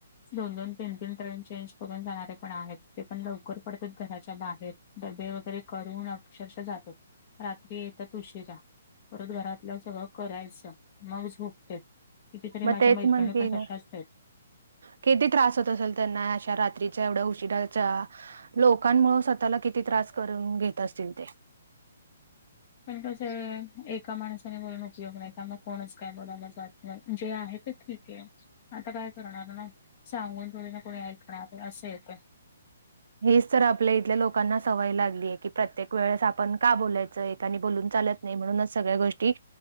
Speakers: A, on the left (about 30°); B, on the right (about 70°).
A: दोन दोन तीन तीन ट्रेन चेंज करून जाणारे पण आहेत. ते पण लवकर पडतात घराच्या बाहेर. डबे वगैरे करून अक्षरशः जातात. रात्री येतात उशिरा. परत घरातलं सगळं करायच. मग झोपत्यात. कितीतरी
B: मग
A: माझ्या
B: तेच
A: मैत्रणी
B: म्हणतेय
A: पण
B: ना,
A: तशाच आहेत.
B: किती त्रास होत असेल त्यांना अशा रात्रीच्या एवढ्या उशिराच्या लोकांमुळे स्वतःला किती त्रास करून घेत असतील ते.
A: पण कस आहे एका माणसाने बोलून उपयोग नाही. त्यामुळे कोणच काय बोलायला जात नाही. जे आहेत ते ठीक आहे. आता काय करणार ना. सांगून थोडी ना कोणी ऐकणार. अस येत.
B: हेच तर आपल्या इथल्या लोकांना सवय लागली आहे की, प्रत्येक वेळेस आपण का बोलायच. एकाने आणि बोलून चालत नाही म्हणूनच सगळ्या गोष्टी